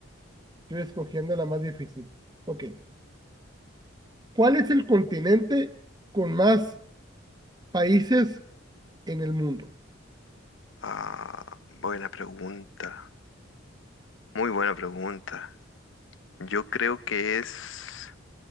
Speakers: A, on the right (about 20°); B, on the left (about 75°).
A: estoy escogiendo la más difícil. Ok. ¿Cuál es el continente con más países en el mundo?
B: Ah, buena pregunta. Muy buena pregunta. Yo creo que es